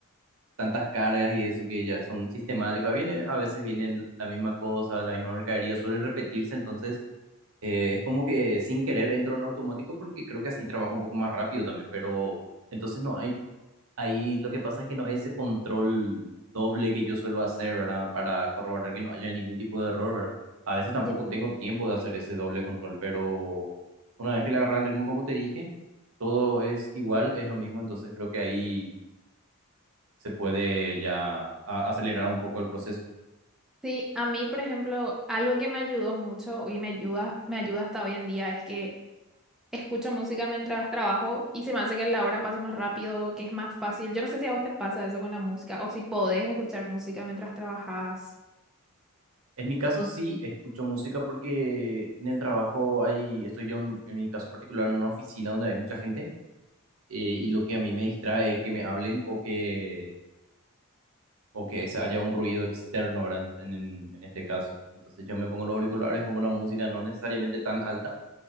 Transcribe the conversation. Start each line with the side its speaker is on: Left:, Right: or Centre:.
Right: tantas cargas y eso que ya son sistemáticas. Viene, a veces vienen la misma cosa, la misma mercadería, suele repetirse, entonces eh, es como que sin querer entro en automático porque creo que así trabajo un poco más rápido también, pero entonces no hay, ahí lo que pasa es que no hay ese control doble que yo suelo hacer, ¿verdad? Para corroborar que no haya ningún tipo de error, ¿verdad? A veces
Centre: Ya.
Right: tampoco tengo tiempo de hacer ese doble control, pero una vez que le agarra el ritmo, como te dije, todo es igual, es lo mismo, entonces creo que ahí se puede ya a- acelerar un poco el proceso.
Centre: Sí, a mí, por ejemplo, algo que me ayudó mucho y me ayuda, me ayuda hasta hoy en día es que escucho música mientras trabajo y se me hace que la hora pasa más rápido, que es más fácil. Yo no sé si a vos te pasa eso con la música o si podés escuchar música mientras trabajas.
Right: En mi caso sí escucho música porque en el trabajo hay, estoy yo en, en mi caso particular en una oficina donde hay mucha gente eh, y lo que a mí me distrae es que me hablen o que, o que se haya un ruido externo, ¿verdad? En, en, en este caso. Entonces yo me pongo los auriculares, pongo una música no necesariamente tan alta